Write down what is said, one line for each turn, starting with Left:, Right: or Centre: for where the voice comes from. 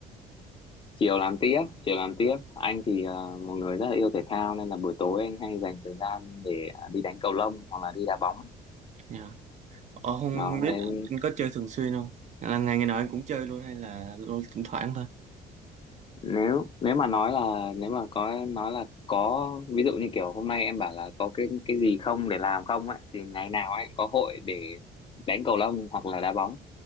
Left: chiều làm tiếp chiều làm tiếp anh thì à, một người rất là yêu thể thao nên là buổi tối anh hay dành thời gian để à, đi đánh cầu lông hoặc là đi đá bóng
Right: dạ. Ờ, không,
Left: đó
Right: không biết
Left: nên
Right: anh có chơi thường xuyên không? Là ngày ngày nào anh cũng chơi luôn hay là luôn thỉnh thoảng thôi?
Left: nếu nếu mà nói là nếu mà có nói là có ví dụ như kiểu hôm nay em bảo là có cái cái gì không để làm không ấy thì ngày nào anh cũng có hội để đánh cầu lông hoặc là đá bóng